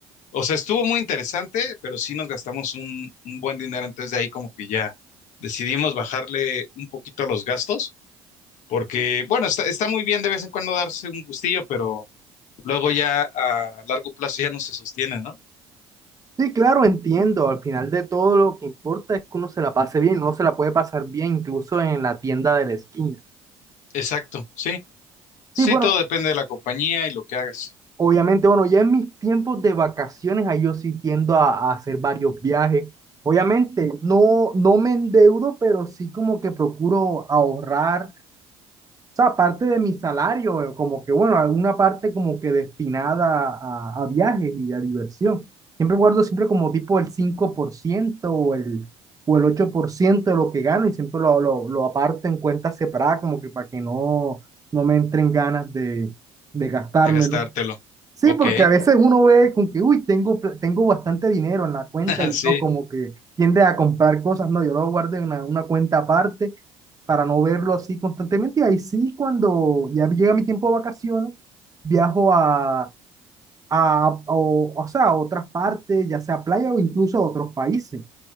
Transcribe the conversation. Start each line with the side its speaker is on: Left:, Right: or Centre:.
Left: o sea, estuvo muy interesante, pero sí nos gastamos un, un buen dinero. Entonces de ahí como que ya decidimos bajarle un poquito a los gastos, porque bueno, está, está muy bien de vez en cuando darse un gustillo, pero luego ya a largo plazo ya no se sostiene, ¿no?
Right: Sí, claro, entiendo. Al final de todo, lo que importa es que uno se la pase bien. Uno se la puede pasar bien incluso en la tienda de la esquina.
Left: Exacto, sí. Sí,
Right: Sí, bueno,
Left: todo depende de la compañía y lo que hagas,
Right: Obviamente, bueno, ya en mis tiempos de vacaciones, ahí yo sí tiendo a, a hacer varios viajes. Obviamente, no, no me endeudo, pero sí como que procuro ahorrar, o sea, parte de mi salario, eh, como que, bueno, alguna parte como que destinada a, a viajes y a diversión. Siempre guardo siempre como tipo el 5% o el, o el 8% de lo que gano y siempre lo, lo, lo aparto en cuentas separadas, como que para que no, no me entren ganas de, de gastármelo.
Left: de gastártelo.
Right: Sí,
Left: Ok,
Right: porque a veces uno ve con que, uy, tengo, pla- tengo bastante dinero en la cuenta
Left: <laughs>
Right: y
Left: sí.
Right: no como que tiende a comprar cosas. No, yo lo guardo en una, una cuenta aparte para no verlo así constantemente. Y ahí sí, cuando ya llega mi tiempo de vacaciones, viajo a, a, a- o, o sea, a otras partes, ya sea playa o incluso a otros países.